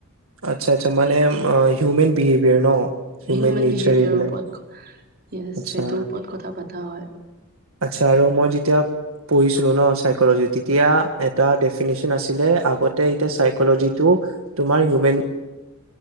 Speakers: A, on the right (about 70°); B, on the right (about 45°).
A: আচ্ছা, আচ্ছা, মানে হিউমেন বিহেভিয়াৰ ন?
B: হিউমেন
A: নেচাৰ
B: বিহেভিয়াৰৰ
A: এইবিলাক
B: ওপৰত, য়েছ।
A: আচ্ছা
B: সেইটোৰ ওপৰত কথা পতা হয়।
A: আচ্ছা আৰু মই যেতিয়া পঢ়িছিলোঁ ন, চাইকলজিত। তেতিয়া এটা ডেফিনেশচন আছিলে, আগতে এতিয়া চাইকলজি টো তোমাৰ হিউমেন